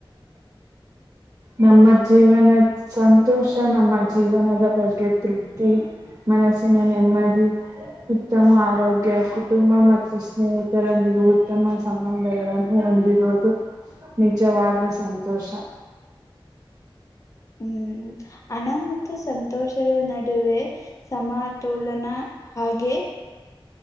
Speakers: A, on the right (about 40°); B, on the left (about 35°).
A: ನಮ್ಮ ಜೀವನ ಸಂತ <inaudible> ಬುಷಃ ನಮ್ಮ ಜೀವನದ ಬಗ್ಗೆ ತೃಪ್ತಿ ಮನಸ್ಸಿನ ನೆಮ್ಮದಿ ಉತ್ತಮ ಆರೋಗ್ಯ ಕುಟುಂಬ ಮತ್ತು ಸ್ನೇಹಿತ ಇದರೊಂದಿಗೆ ಉತ್ತಮ ಸಂಬಂಧಗಳನ್ನು ಹೊಂದಿರುವುದು ನಿಜವಾದ ಸಂತೋಷ
B: <inaudible> ಹ್ಮ್ ಹಣ ಮತ್ತು ಸಂತೋಷದ ನಡುವೆ ಸಮತೋಲನ ಹಾಗೆ